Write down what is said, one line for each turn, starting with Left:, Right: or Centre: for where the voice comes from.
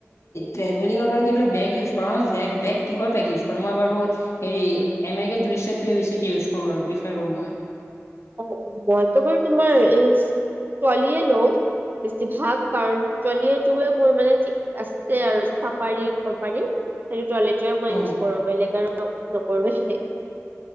Left: ট্ৰেভেলিংৰ কাৰণে যিবিলাক বেগ ইউজ কৰা ন, বেগ বেগ কিহৰ বেগ ইউজ কৰা? মই বাৰু হেৰি আমেৰিকান ৰিছেট টোৱে বেছিকে ইউজ কৰোঁ আৰু প্ৰিফেইৰ কৰোঁ মই।
Right: অ-অ মইতো বাৰু তোমাৰ এই ট্ৰলীয়ে লও। বেছিভাগ। কাৰণ ট্ৰলী <unintelligible> মোৰ মানে ঠিক আছে আৰু চাফাৰী কোম্পানীৰ। সেই ট্ৰলীটোৱে মই
Left: অ
Right: ইউজ কৰো। বেলেগ আৰু নকৰোৱে।